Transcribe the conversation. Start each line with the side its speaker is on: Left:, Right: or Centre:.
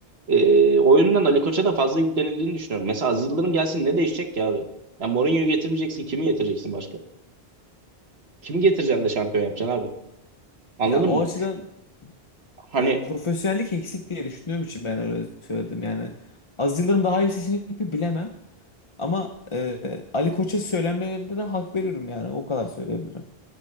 Right: e, oyundan Ali Koç'a da fazla yüklenildiğini düşünüyorum. Mesela Aziz Yıldırım gelsin ne değişecek ki abi? Ya Mourinho'yu getirmeyeceksin kimi getireceksin başka? Kimi getireceksin de şampiyon yapacaksın abi? Anladın
Left: Ya o
Right: mı?
Left: açıdan
Right: Hani
Left: e, profesyonellik eksik diye düşündüğüm için ben öyle söyledim. Yani az yıllarım daha iyi bir seçenek mi bilemem. Ama e, Ali Koç'a söylenmelerinde de hak veriyorum yani. O kadar söyleyebilirim.